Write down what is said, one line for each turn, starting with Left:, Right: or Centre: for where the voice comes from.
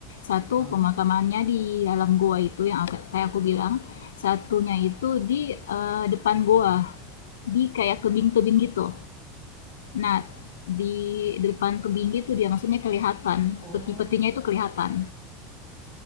Left: satu
Right: Aha.
Left: pemakamannya di dalam goa itu yang kayak aku bilang. Satunya itu di eh, depan
Right: Mhm.
Left: goa, di kayak tebing-tebing gitu. Nah, di depan tebing gitu dia maksudnya kelihatan,
Right: Oh,
Left: peti-petinya itu kelihatan.